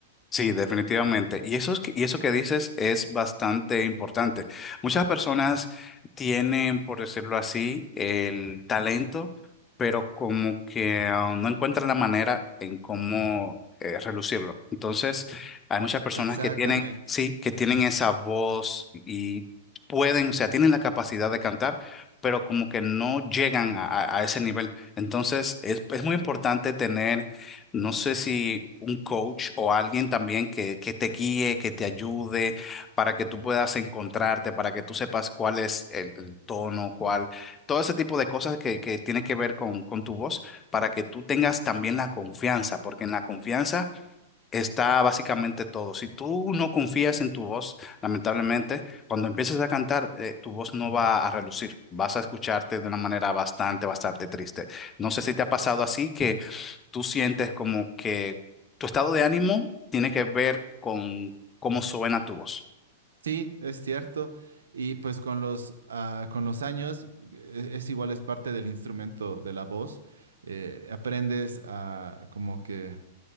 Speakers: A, on the left; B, on the right.
A: Sí, definitivamente. Y eso, es que- y eso que dices es bastante importante. Muchas personas tienen, por decirlo así, el talento, pero como que ah, no encuentran la manera en cómo eh, relucirlo. Entonces, hay muchas personas
B: Exactamente.
A: que tienen, sí, que tienen esa voz y pueden, o sea, tienen la capacidad de cantar, pero como que no llegan a, a- a ese nivel. Entonces, es es muy importante tener no sé si un coach o alguien también que, que te guíe, que te ayude para que tú puedas encontrarte, para que tú sepas cuál es el, el tono, cuál, todo ese tipo de cosas que, que tiene que ver con, con tu voz, para que tú tengas también la confianza, porque en la confianza está básicamente todo. Si tú no confías en tu voz, lamentablemente, cuando empiezas a cantar, eh, tu voz no va a relucir, vas a escucharte de una manera bastante, bastante triste. No sé si te ha pasado así que tú sientes como que tu estado de ánimo tiene que ver con cómo suena tu voz.
B: Sí, es cierto. Y pues con los, ah, con los años e- es, igual, es parte del instrumento de la voz. Eh, aprendes a como que